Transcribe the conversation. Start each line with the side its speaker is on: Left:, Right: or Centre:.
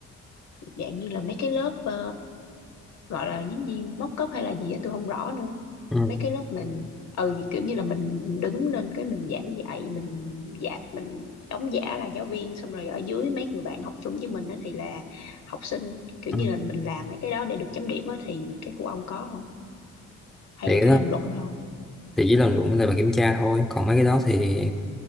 Left: dạng như là mấy cái lớp ờ, gọi là giống như móc cóp hay là gì á tôi không rõ nữa
Centre: ừ,
Left: mấy cái lớp mình ừ kiểu như là mình đứng lên cái mình giảng dạy mình giả mình đóng giả là giáo viên xong rồi ở dưới mấy người bạn học chung với mình đó thì là học sinh kiểu
Centre: ừ.
Left: như là mình làm mấy cái đó để được chấm điểm á thì cái của ông có không hay
Centre: thì
Left: là
Centre: cái
Left: chỉ
Centre: đó
Left: làm luận thôi
Centre: thì chỉ làm luận với lại bài kiểm tra thôi còn mấy cái đó thì